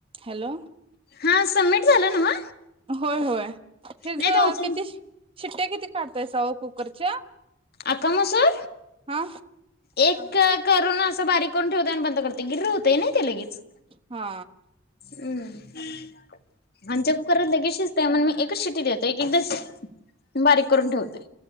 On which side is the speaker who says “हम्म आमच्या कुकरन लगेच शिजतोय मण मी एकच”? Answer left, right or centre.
Left